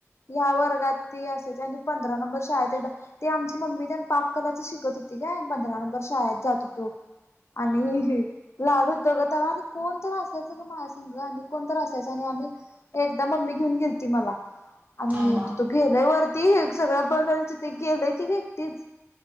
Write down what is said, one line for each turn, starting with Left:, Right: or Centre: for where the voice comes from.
Left: ह्या वर्गात ती असाय आणि पंधरा नंबर शाळेत एकदा ते आमची मम्मी त्या पाक कलाच शिकत होती काय पंधरा नंबर शाळेत जात होतो आणि
Right: हा हा.
Left: लाड तगतावा आणि कोण तर असायचं ग महासंघ आणि कोणत असायच आणि आम्ही एकदा मम्मी घेऊन गेल ती मला आणि
Right: हा हा
Left: तिथ गेलंय वरती सगळं बंद त ते गेलंय की एकटीच